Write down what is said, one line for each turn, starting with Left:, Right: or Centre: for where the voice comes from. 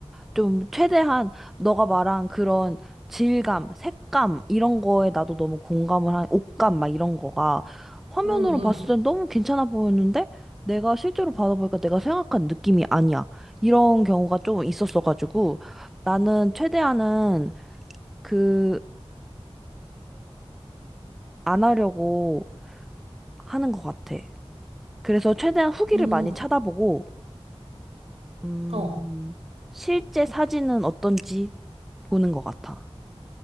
Centre: 좀 최대한 너가 말한 그런 질감, 색감 이런 거에 나도 너무 공감을 한 옷감 막 이런 거가 화면으로
Right: 응, 응,
Centre: 봤을 땐 너무 괜찮아 보였는데 내가 실제로 받아보니까 내가 생각한 느낌이 아니야. 이런 경우가 좀 있었어가지고 나는 최대한은 그렇게 안 하려고 하는 것 같아. 그래서 최대한 후기를
Right: 응.
Centre: 많이 찾아보고 음,
Right: 어.
Centre: 실제 사진은 어떤지 보는 것 같아.